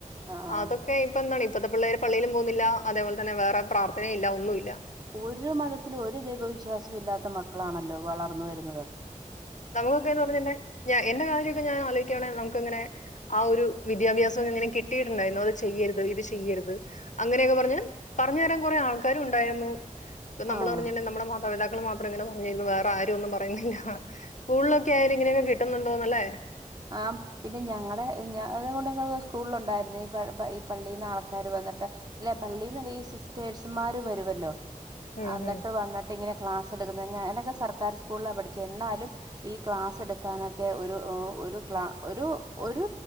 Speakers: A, on the right (about 30°); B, on the left (about 60°).
A: ആഹ്
B: അതൊക്കെ ഇപ്പെന്താണ് ഇപ്പത്തെ പിള്ളേര് പള്ളീലും പോവുന്നില്ല അതേപോലതന്നെ വേറെ പ്രാർത്ഥനയില്ല ഒന്നുല്ല
A: ഒരു മതത്തിലും ഒര് ദൈവവിശ്വാസല്ലാത്ത മക്കളാണല്ലൊ വളർന്ന് വരുന്നത്
B: നമുകൊക്കേന്ന് പറഞ്ഞെന്നെ ഞാ എന്റെ കാര്യൊക്കെ ഞാൻ ആലോയ്ക്കാണെന്ന ക്കങ്ങനെ ആ ഒരു വിദ്യാഭ്യാസം ങ്ങനെ കിട്ടിട്ട്ണ്ടായിരുന്നു. അത് ചെയ്യരുത്ത് ഇത് ചെയ്യരുത് അങ്ങനെ പറഞ്ഞ് പറഞ്ഞതരാൻ കൊറേ ആൾക്കാരുണ്ടായിരുന്നു. പ്പൊ നമ്മള്
A: ആഹ്
B: പറഞിലെ നമ്മളെ മാതാപിതാക്കള് മാത്രംങ്ങനെ പറഞ്ഞിര്ന്നു വേറെ ആരും ഒന്നും പറയുന്നില്ല. സ്കൂളിലൊക്കെയാലും ഇങ്ങനെയൊക്കെ കിട്ട്ന്നുണ്ടോന്നല്ലെ.
A: ആഹ് പിന്നെ ഞങ്ങടെ ഞ അത്കൊണ്ടങ്ങൾടെ സ്കൂളിലുണ്ടായിരുന്ന ഈ ഈ പള്ളീന്ന് ആൾക്കാര് പറ ന്ന്ട്ട് ഇല്ല പള്ളീന്നല്ല ഈ സിസ്റ്റേഴ്സുമാര് വരുവല്ലൊ.
B: ഉം
A: അന്ന്ട്ട്
B: ഉം
A: വന്ന്ട്ട്ങ്ങനെ ക്ലാസ്. ന്നട്ടങ്ങ ഞാനൊക്കെ സർക്കാർ സ്കൂളിലാ പഠിച്ചെ എന്നാലും, ഈ ക്ലാസ്സ്ട്‌ക്കാനൊക്കെ ഒരു ഓഹ് ഒര്. രു ക്ലാ ഒരൂ ഒരു